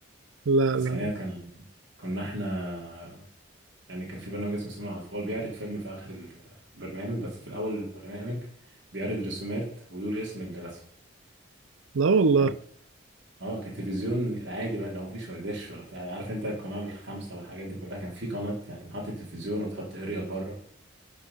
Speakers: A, on the right; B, on the right.
A: لا
B: التسعينات
A: لا
B: كان كنا احنا يعني كان في برنامج اسمه سينما على الفول بيعرض فيلم في آخر البرنامج بس في الأول البرنامج بيعرض رسومات ويقول اسم الرسم
A: لا والله
B: تمام اه كان التلفزيون العادي بقى اللي هو مفيش ولا دش ولا بتاع عارف انت القناة الخامسة والحاجات دي كلها كان في قناة يعني محطة تلفزيون وبتحط اريال بره